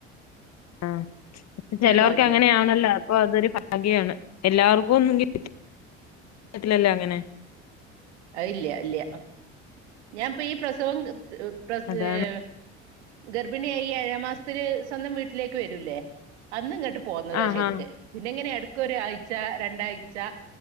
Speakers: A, on the left; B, on the right.
A: ആഹ് ഇപ്പ ചിലോർക്ക്
B: ഭാഗ്യ
A: അങ്ങനെയാണല്ലോ അപ്പൊ അതൊരു
B: ഉം
A: ഭാഗ്യാണ്. എല്ലാവർക്കും ഒന്നും കിട്ടി കിട്ടില്ലല്ലോ അങ്ങനെ
B: അയില്ല്യ ഇല്ല്യ ഞാൻ ഇപ്പ ഈ പ്രസവം പ്രസ്
A: അതാണ്
B: ഏഹ് ഗർഭിണിയായി ഈ ഏഴാമ്മാസത്തില് സ്വന്തം വീട്ടിലേക്ക് വരൂല്ലേ അന്ന് ഇങ്ങട്ട് പോന്നതാ
A: ആഹാ
B: ശരിക്ക് പിന്നെ ഇങ്ങനെ എട ക്കൊരാഴ്ച്ച രണ്ടാഴ്ച്ച